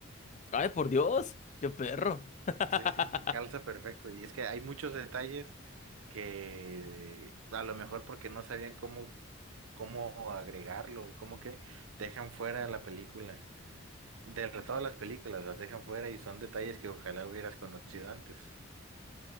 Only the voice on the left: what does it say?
Ay, por Dios, qué perro. <laughs>